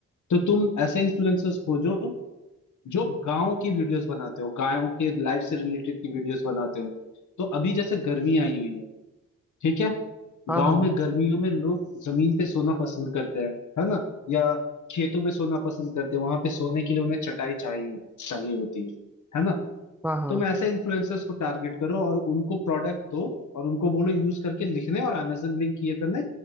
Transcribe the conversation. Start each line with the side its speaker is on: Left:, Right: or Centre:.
Left: तो तुम ऐसे इन्फ्लुएंसर्स खोजो जो गांव की वीडियोस बनाते हो गायों के लाइफ से रिलेटेड की वीडियोस बनाते हो तो अभी जैसे गर्मी आई हुई है ठीक है
Centre: हाँ
Left: गांव
Centre: हाँ
Left: में गर्मियों में लोग जमीन पे सोना पसंद करते हैं है ना या खेतों में सोना पसंद करते हैं वहां पे सोने के लिए उन्हें चटाई चाहिए चाहिए होती है है ना
Centre: हाँ हाँ
Left: तुम ऐसे इन्फ्लुएंसर्स को टारगेट करो और उनको प्रोडक्ट दो और उनको बोलो यूज करके लिखने और अमेजन लिंक ये करने